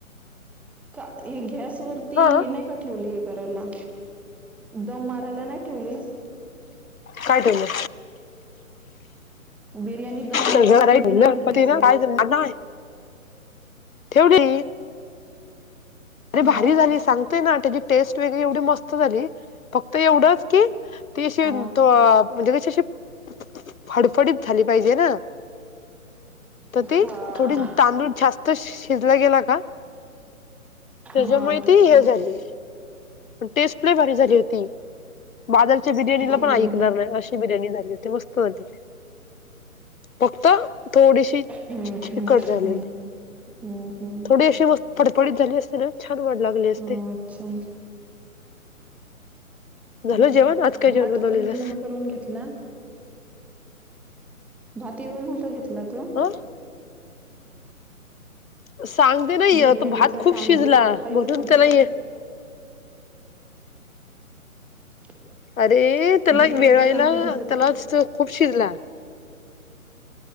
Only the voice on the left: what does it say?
हा
काय केल.
घर आहे
गणपती
काय आडणावयचणं ठेवली,, अरे भारी
झाली सांग ना त्याची टेस्ट वेगळी एवढी मस्त झाली फक्त एवढच कधीचं ू्संणं ती अशी
त म्हणजे कशी अशी, फडफडीत झाली पाहिजे ना. तर
ती थोडी तांदूळ जास्त शिजला गेला का
त्याच्यामुळं
ती हे झाली. पण टेस्ट लई भारी झाली होती,,, बादलच्या बिर्याणीला
पण ऐकणार नाही, अशी. बिर्याणी झाली होती, मस्त झाली ते. फक्त थोडीशी
चिकट
झालेली,
थोडी अशी मस्त फडफडीत झाली असती ना छान वड लागली असते
झालं जेवण आज काय जेवण
बनवलेलंस
अं सांगते ना य
तो भात खूप
शिजला,
म्हणून
त्याला ये
अरे त्याला
वेळायला
त्यालाच खूप शिजला.